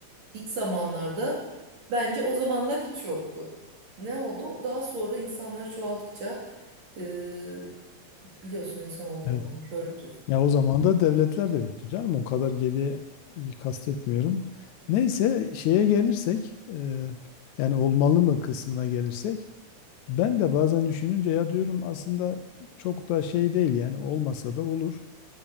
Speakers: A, on the right; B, on the left.
A: ilk zamanlarda bence o zamanlar hiç yoktu. Ne oldu? Daha sonra insanlar çoğaldıkça e, biliyorsun insan olduğundan
B: Evet.
A: kördür.
B: Ya o zaman da devletler de yoktu canım. O kadar geriye kastetmiyorum. Neyse şeye gelirsek e, yani olmalı mı kısmına gelirsek ben de bazen düşününce ya diyorum aslında çok da şey değil yani olmasa da olur.